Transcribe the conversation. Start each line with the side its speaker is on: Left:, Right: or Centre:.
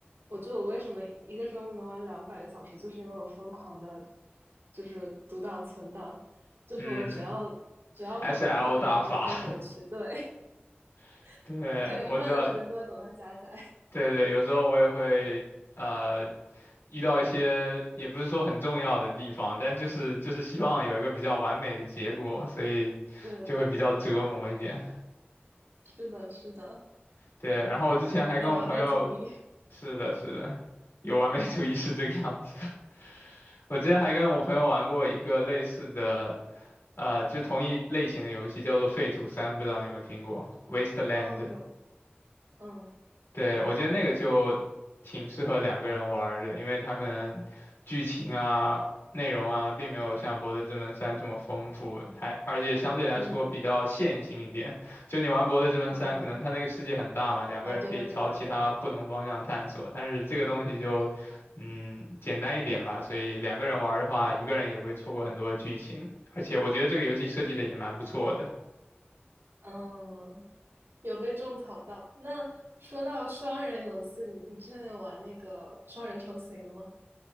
Right: 我就我为什么一个周末能玩两百个小时，就是因为我疯狂的，就是读档存档，就是我只要只要是我不太满意的，
Left: 嗯，SL 大法，
Right: 我就会回去。对，
Left: <laughs> 对，
Right: <laughs> 我感觉一半的时间都在等它加载。
Left: 我知道对对，有时候我也会呃遇到一些也不是说很重要的地方，但就是就是希望有一个比较完美的结果，所以就会比较折磨一点。
Right: <laughs> 对对对，是的，是的，
Left: 对，然后我之前还跟我朋友，
Right: 有点完美主义。
Left: 是的，是的，有完美主义是这个样子。<laughs> 我之前还跟我朋友玩过一个类似的，呃，就同一类型的游戏，叫做《废土三》，不知道你有没有听过《Wasteland》。
Right: 哦，有，嗯
Left: 对，我觉得那个就挺适合两个人玩儿的，因为它可能剧情啊、内容啊，并没有像《博德之门三》这么丰富，还而且相对来说比较线性一点。
Right: 嗯
Left: 就你玩《博德之门三》，
Right: 嗯，
Left: 可能它那个世界很大嘛，两个人可以朝其他不同方向探索，
Right: 哦，对对对对对，
Left: 但是这个东西就嗯简单一点吧，所以两个人玩儿的话，一个人也不会错过很多剧情，而且我觉得这个游戏设计的也蛮不错的。
Right: 嗯，有被种草到。那说到双人游戏，你你之前有玩那个双人成行吗？